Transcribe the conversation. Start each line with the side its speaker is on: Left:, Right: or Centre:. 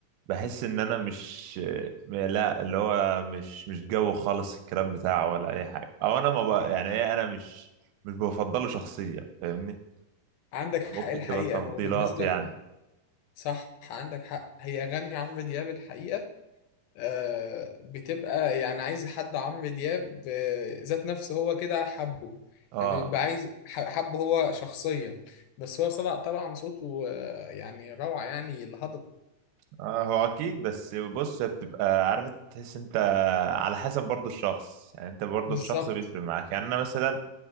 Right: بحس ان انا مش لا اللي هو مش مش جو خالص الكلام بتاعه ولا اي حاجه او انا ما بقى يعني ايه انا مش مش بفضله شخصيا فاهمني
Left: عندك حق
Right: ممكن
Left: الحقيقة
Right: تبقى تفضيلات
Left: هو بالنسبة
Right: يعني
Left: ل- صح عندك حق هي أغاني عمرو دياب الحقيقة آه، بتبقى يعني عايز حد عمرو دياب آه، ذات نفسه هو كده حبه
Right: اه
Left: يعني بيبقى عايز ح- حبه هو شخصيا بس هو طبعا طبعا صوته آه، يعني روعة يعني الهضبة
Right: اه هو اكيد بس بص هي بتبقى عارف تحس انت على حسب برضو الشخص يعني انت برضو
Left: بالظبط
Right: الشخص بيفرق معاك يعني انا مثلا